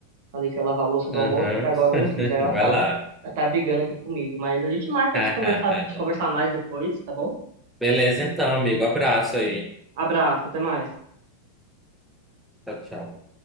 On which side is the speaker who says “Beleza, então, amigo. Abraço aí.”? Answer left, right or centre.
Centre